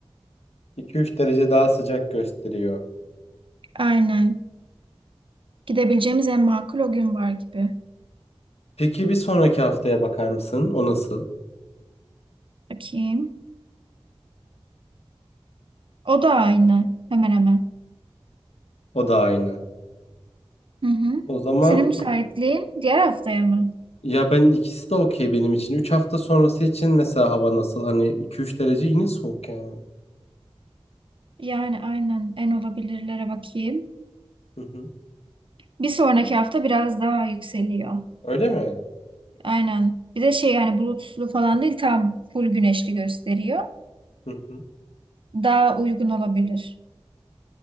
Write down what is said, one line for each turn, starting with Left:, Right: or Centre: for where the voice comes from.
Left: 2-3 derece daha sıcak gösteriyor.
Right: Aynen. Gidebileceğimiz en makul o gün var gibi.
Left: Peki bir sonraki haftaya bakar mısın? O nasıl?
Right: Bakayım. O da aynı. Hemen hemen.
Left: O da aynı.
Right: Hı hı.
Left: O zaman
Right: Senin müsaitliğin diğer haftaya mı?
Left: Ya ben ikisi de okey benim için. üç hafta sonrası için mesela hava nasıl? Hani iki üç derece yine soğuk yani.
Right: Yani aynen en olabilirlere bakayım.
Left: Hı hı.
Right: Bir sonraki hafta biraz daha yükseliyor.
Left: Öyle mi?
Right: Aynen. Bir de şey yani bulutsuzlu falan değil tam full güneşli gösteriyor.
Left: Hı hı.
Right: Daha uygun olabilir.